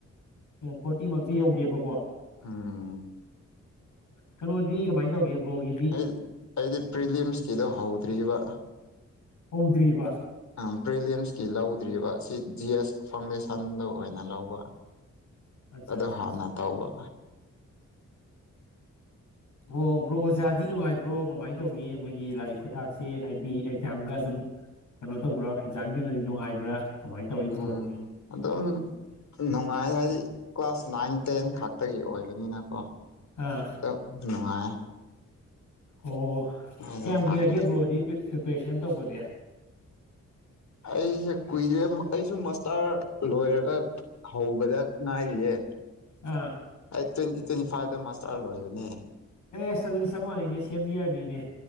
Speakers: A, on the left (about 85°); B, on the left (about 65°).
A: ꯑꯣ ꯐꯣꯔꯇꯤꯃꯛꯇꯤ ꯌꯧꯗꯦꯕꯀꯣ ꯑꯣ
B: ꯎꯝ
A: ꯀꯩꯅꯣꯗꯤ ꯀꯃꯥꯏꯅ ꯇꯧꯒꯦ ꯕ꯭ꯔꯣꯒꯤ
B: ꯑꯩ ꯑꯩꯗꯤ ꯄ꯭ꯔꯤꯂꯤꯌꯝꯁꯀꯤꯗꯣ ꯍꯧꯗ꯭ꯔꯤꯕ
A: ꯍꯧꯗ꯭ꯔꯤꯕ
B: ꯑꯪ ꯄ꯭ꯔꯤꯂꯤꯌꯝꯁꯀꯤ ꯂꯧꯗ꯭ꯔꯤꯕ ꯁꯤ ꯖꯤ ꯑꯦꯁ ꯐꯥꯎꯟꯗꯦꯁꯟꯗꯣ ꯑꯣꯏꯅ ꯂꯧꯕ
A: ꯑꯠꯆꯥ
B: ꯑꯗꯣ
A: ꯑꯠꯆꯥ
B: ꯍꯥꯟꯅ
A: ꯑꯠꯆꯥ
B: ꯇꯧꯕ
A: ꯑꯣ ꯕ꯭ꯔꯣ ꯑꯣꯖꯥꯗꯤ ꯅꯨꯡꯉꯥꯏꯕ꯭ꯔꯣ ꯀꯃꯥꯏꯅ ꯇꯧꯒꯦ ꯃꯈꯣꯏꯒꯤ ꯂꯥꯏꯔꯤꯛ ꯈꯨꯊꯥꯛꯁꯦ ꯍꯥꯏꯕꯗꯤ ꯑꯦꯛꯖꯥꯝꯒ ꯑꯗꯨꯝ ꯀꯩꯅꯣ ꯇꯧꯕ꯭ꯔꯥ ꯛꯦꯛꯖꯥꯝꯒꯤ ꯑꯣꯏꯅꯗꯤ ꯅꯨꯡꯉꯥꯏꯕ꯭ꯔꯥ ꯀꯃꯥꯏꯅ ꯇꯧꯋꯤ
B: ꯎꯝ
A: ꯕ꯭ꯔꯣꯗꯤ
B: ꯑꯗꯨꯝ ꯅꯨꯡꯉꯥꯏ ꯍꯥꯏꯗꯤ ꯀ꯭ꯂꯥꯁ ꯅꯥꯏꯟ ꯇꯦꯟ ꯈꯛꯇꯒꯤ ꯑꯣꯏꯕꯅꯤꯅꯀꯣ
A: ꯑꯥ
B: ꯑꯗꯣ ꯅꯨꯡꯉꯥꯏ
A: ꯑꯣ
B: ꯑꯗ
A: ꯀꯌꯥꯝ
B: ꯇꯥꯛꯄꯗꯤ
A: ꯀꯨꯏꯔꯒꯦ ꯕ꯭ꯔꯣꯗꯤ ꯄ꯭ꯔꯤꯄꯦꯔꯦꯁꯟ ꯇꯧꯕꯗꯤ
B: ꯑꯩꯁꯦ ꯀꯨꯏꯔꯦ ꯑꯩꯁꯨ ꯃꯁꯇꯥꯔ ꯂꯣꯏꯔꯒ ꯍꯧꯕꯗ ꯉꯥꯏꯔꯤꯌꯦ
A: ꯑꯥ
B: ꯑꯩ ꯇ꯭ꯋꯦꯟꯇꯤ ꯇ꯭ꯋꯦꯟꯇꯤ ꯐꯥꯏꯚꯇ ꯃꯥꯁꯇꯥꯔ ꯂꯣꯏꯕꯅꯦ
A: ꯑꯦꯁ ꯑꯗꯨꯗꯤ ꯆꯞ ꯃꯥꯟꯅꯩꯅꯦ ꯁꯦꯝ ꯌꯔꯅꯤꯅꯦ